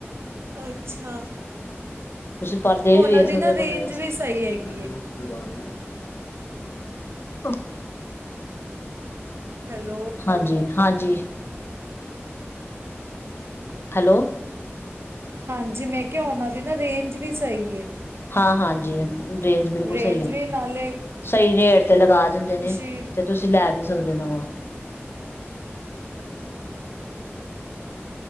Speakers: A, on the right; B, on the left.
A: ਅੱਛਾ।
B: ਤੁਸੀਂ ਪਰਦੇ
A: ਉਹਨਾਂ
B: ਵੀ ਵੇਖ
A: ਦੀ
B: ਸਕਦੇ
A: ਨਾ
B: ਹੋ
A: ਰੇਂਜ
B: ਕਮਰੇ ਵਾਸ
A: ਵੀ ਸਹੀ ਹੈਗੀ
B: <unintelligible>
A: ਏ। ਹੈਲੋ।
B: ਹਾਂਜੀ ਹਾਂਜੀ। ਹੈਲੋ।
A: ਹਾਂਜੀ ਮੈਂ ਕਿਹਾ ਉਹਨਾਂ ਦੀ ਨਾ ਰੇਂਜ ਵੀ ਸਹੀ ਏ।
B: ਹਾਂ ਹਾਂਜੀ ਰੇਂਜ ਬਿਲਕੁਲ
A: ਰੇਂਜ
B: ਸਹੀ ਉਹਨਾਂ
A: ਵੀ
B: ਦੀ
A: ਨਾਲੇ
B: ਸਹੀ ਰੇਟ ਤੇ ਲਗਾ ਦਿੰਦੇ ਨੇ
A: ਸ਼ੀਟ
B: ਤੇ ਤੁਸੀਂ ਲੈ ਵੀ ਸਕਦੇ ਨਵਾਂ।